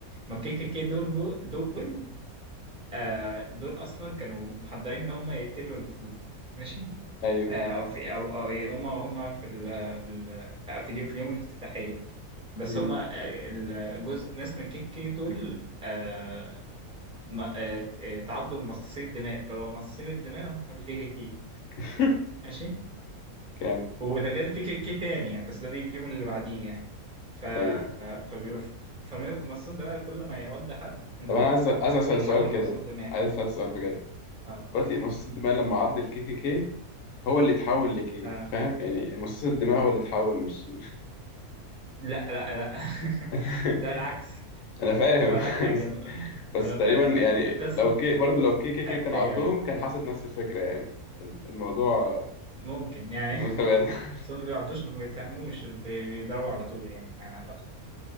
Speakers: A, in the centre; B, on the left (about 65°).
A: ما كي كي كي دول بو... دول آه دول اصلا كانوا محضرين ان هم يقتلوا السود ماشي
B: ايوه
A: آه او في او او إيه، هم هم في ال... في ال... في في اليوم في اليوم الافتتاحيه بس
B: مم.
A: هم الجزء ناس من كي كي دول آه ما... آه ت- آه، تعدوا من مصاصين الدماء فهو مصاصين الدماء هم الكي كي كي
B: <laughs>
A: ماشي
B: كام
A: وده غير في كيكي تاني يعني بس ده بيجي اليوم اللي بعديه يعني ف
B: ايوه
A: فبيبقى ف- فمصاص دماء كل ما يعض حد من
B: طب انا
A: رقبته
B: عايز عايز اسال
A: بيتحول
B: سؤال كده
A: لمصاص دماء
B: عايز اسال سؤال بجد
A: اه
B: دلوقتي مصاص الدماء لما عض الكي كي كي هو اللي اتحول لكي
A: اه
B: فاهم يعني مصاص الدماء هو اللي اتحول مش
A: لا لا لا <laughs>
B: <laughs>
A: لا العكس
B: انا فاهم
A: اقول لك
B: <laughs>
A: حاجه
B: بس بس
A: ملفات
B: تقريبا يعني
A: قصه
B: لو كي برضه لو كي كي كي
A: ايوه
B: كان عضهم
A: ايوه
B: كان حصلت نفس الفكره يعني الموضوع
A: ممكن يعني
B: متبادل
A: <laughs>
B: <laughs>
A: بس هم ما بيعضوش ما بيتفهموش بي- بيضربوا على طول يعني على اعتقد